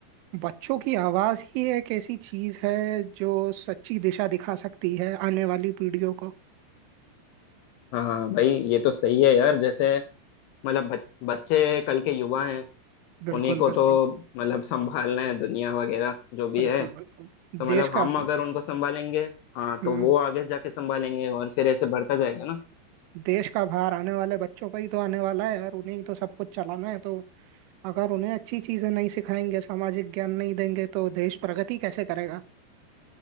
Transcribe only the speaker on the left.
हाँ हाँ भाई ये तो सही है यार जैसे मतलब बच, बच्चे कल के युवा हैं
उन्हीं को
तो मतलब संभालना है दुनिया वगैरह जो भी
है
तो मतलब
हम
अगर उनको संभालेंगे हाँ
तो वो आगे जाके संभालेंगे और फिर ऐसे बढ़ता जाएगा ना